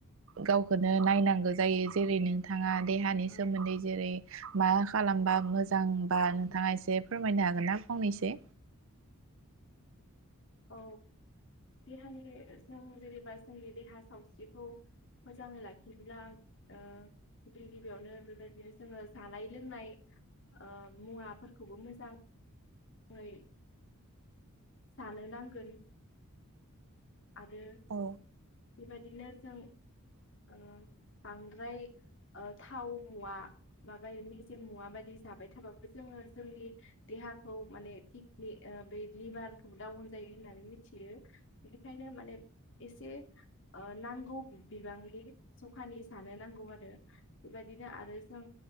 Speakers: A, on the right (about 60°); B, on the left (about 55°).
A: गावखौनो नायनांगौ जायो जेरै नों नोंथाङा देहानि
B: औ
A: सोमोन्दै जेरै मा खालामबा मोजांबा नोंथाङा एसे फोरमायनो हागोन ना फंनैसो
B: औ देहानि जों जेनेबा जोंनि देहा सावस्रिखौ मोजाङै लाखिब्ला ओ गिबि गिबियावनो बेबायदिनो जोङो जानाय लोंनाय ओ मुवाफोरखौबो मोजां <unintelligible> जानो नांगोन आरो
A: औ
B: बेबायदिनो जों ओ बांद्राय ओ थाव मुवा माबाय मेजेम मुवा बायदि जाबाय थाबाबो जोङो जोंनि देहा खौ माने किकनि बे लिभारखौबो डाउन जायो होननानै मिथियो। बेखायनो माने एसे ओ नांगौ बिबांनि जखानि जानो नांगौ आरो। बेबायदिनो आरो जों